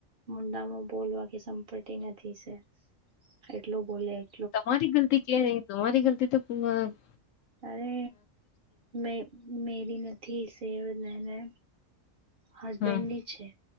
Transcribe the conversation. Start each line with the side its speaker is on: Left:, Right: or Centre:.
Right: - મુંડામાં બોલવા કે સંપટી નથી છે એટલું બોલે- -
Left: તમારી ગલતી કે નહી તમારી ગલતી તો- -
Right: અરે મે મેરી ગ -- થીસ ને ને હસબેન્ડ
Left: હમ
Right: ની છે.